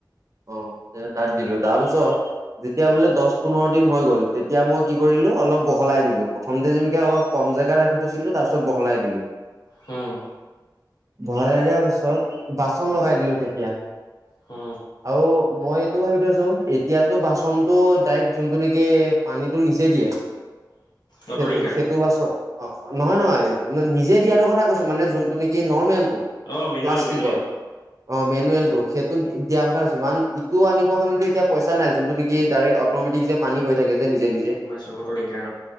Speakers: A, on the right; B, on the left.
A: অ' তে তাত দিলোঁ তাৰপিছত যেতিয়া বোলে দহ পোন্ধৰ দিন হৈ গ'ল তেতিয়া মই কি কৰিলো অলপ বহলাই দিলো। প্ৰথম যেমিকাই অলপ কম জোগা ৰাখি থৈছিলো তাৰ পিছত বহলাই দিলোঁ।
B: হুম।
A: ভৰাই দিয়া পিছত বাচন লগাই দিলো তেতিয়া।
B: অ।
A: আও মইট সেইটো ভাবি থৈছোঁ। এতিয়াতো বাচনতটো ডাইৰেক্টযোনটো নেকি পানীটো নিজে দিয়ে।
B: অটো
A: সেইটো
B: ডিংকাৰ
A: সেইটো বাছত অ নহয় নহয় নিজে দিয়াটো কথা কৈছো মানে যোনটো নেকি নৰ্মেলটো।
B: অঁ মেনুৱেল
A: প্লাষ্টিকৰ,
B: মেনুৱেল
A: অঁ মেনুৱেলটো সেইটো দিয়াৰ কথা কইছো কাৰণ টো আনিবৰ কাৰণেটো এতিয়া পইচা নাই, যোনটো নিকি ডাইৰেক্ট অট'মেটিক যে পানী হৈ থাকে যে নিজে নিজে
B: গম পাইছোঁ অটো ডিংকাৰ